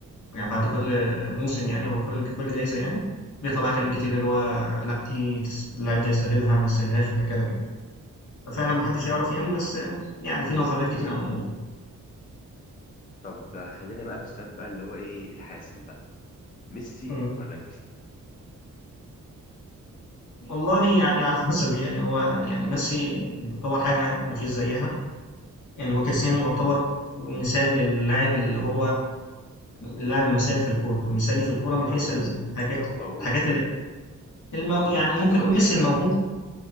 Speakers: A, on the left; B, on the left.
A: يعني بعد كل موسم يعني أو كل كل جايزة يعني بيطلع بقى كلام كتير اللي هو لا دي تس- اللاعب ده يستاهلها ما يستاهلهاش وهكذا يعني ففعلا ما حدش يعرف يعني بس يعني في نظريات كتير عن الموضوع
B: طب خلينا بقى في السؤال بقى اللي هو ايه الحاسم بقى ميسي
A: مم.
B: ولا كريستيانو
A: والله يعني على حسب يعني هو يعني ميسي يعني يعتبر حاجة ما فيش زيها يعني هو كريستيانو يعتبر مثال للاعب اللي هو اللاعب المثالي في الكورة المثالي في الكورة
B: الموهوب
A: من حيث الحاجات
B: اللي هو موهوب
A: الحاجات اللي المو... يعني
B: مم، مش
A: ممكن
B: اللي هو
A: نقول
B: تعب
A: ميسي الموهوب
B: عشان